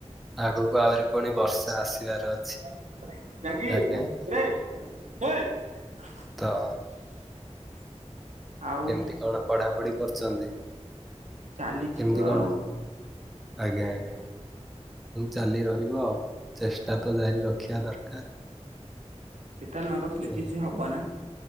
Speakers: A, in the centre; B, on the right.
A: ଆଗକୁ ଆହୁରି ପୁଣି ବର୍ଷା ଆସିବାର ଅଛି।
B: <inaudible>
A: ଆଜ୍ଞା ଆଜ୍ଞା। ତ
B: ଆଉ
A: କେମିତି କଣ ପଢାପଢି କରୁଛନ୍ତି।
B: ଚାଲିଛି
A: କେମିତି
B: ତ
A: କଣ
B: ଆଉ।
A: ଆଜ୍ଞା ଆଜ୍ଞା। ଚାଲି ରହିବ ଆଉ ଚେଷ୍ଟା ତ ଜାରି ରଖିବା ଦରକାର।
B: ସେଟା ନ ରଖିଲେ
A: ଆଜ୍ଞା
B: କିଛି ହବ ନା